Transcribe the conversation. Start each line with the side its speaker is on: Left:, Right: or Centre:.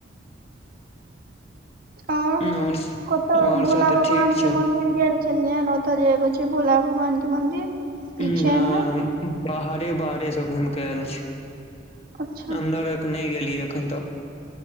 Right: आओर
Left: और
Right: कतहु
Left: और
Right: भोला
Left: सब तऽ
Right: भगवान
Left: ठीक छै
Right: केँ मंदिर गेल छललियै ओतय जे एगो छै। भोला भगवान के मंदिर पीछे
Left: नहि
Right: मे
Left: हम बाहरे बाहरे सँ घूम के आयल छी
Right: अच्छा
Left: अन्दर नहि गेलियै एखन तक